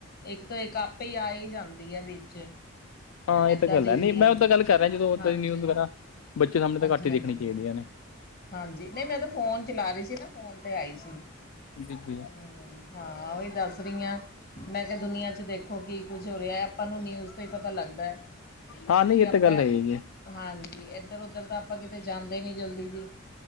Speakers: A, on the left; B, on the left.
A: ਇੱਕ ਤਾਂ ਇੱਕ, ਆਪੇ ਆ ਹੀ ਜਾਂਦੀ ਹੈ ਵਿੱਚ।
B: ਹਾਂ ਇਹ
A: ਏਦਾਂ
B: ਤਾਂ ਗੱਲ
A: ਦੀ
B: ਹੈ, ਨੀ
A: ਵੀ
B: ਮੈਂਓਦਾਂ ਗੱਲ ਕਰ ਰਿਹਾ ਜਦੋਂ
A: ਹਾਂਜੀ।
B: ਦੀ ਨਿਊਜ਼ ਵਗੈਰਾ ਬੱਚੇ ਸਾਹਮਣੇ ਤਾਂ,
A: ਹਾਂਜੀ
B: ਘੱਟ ਹੀ
A: ਹਾਂਜੀ
B: ਦੇਖਣੀ ਚਾਹੀਦੀਆਂ ਨੇ।
A: ਹਾਂਜੀ, ਨਹੀਂ ਮੈਂ ਤਾਂ ਫੋਨ ਚਲਾ ਰਹੀ ਸੀ ਨਾ, ਫੋਨ ਤੇ ਆਈ ਸੀ।
B: ਜੀ, ਜੀ।
A: ਹਮ ਹਾਂ, ਉਹਹੀ ਦੱਸ ਰਹੀਆਂ ਮੈਂ ਕਿਹਾ ਦੁਨੀਆਂ 'ਚ ਦੇਖੋ ਕੀ ਕੁੱਝ ਹੋ ਰਿਹਾ, ਆਪਾਂ ਨੂੰ ਨਿਊ ਤੋਂ ਹੀ ਪਤਾ ਲੱਗਦਾ ਹੈ।
B: ਹਾਂ
A: ਕਿਉਂਕਿ
B: ਨਹੀਂ ਇਹ
A: ਆਪਾਂ
B: ਤਾਂ ਗੱਲ ਹੈ ਜੀ
A: ਹਾਂਜੀ ਇੱਧਰ ਉਧਰ ਤਾਂ ਆਪਾਂ ਕਿਤੇ ਜਾਂਦੇ ਨੀ ਜਲਦੀ ਜੀ।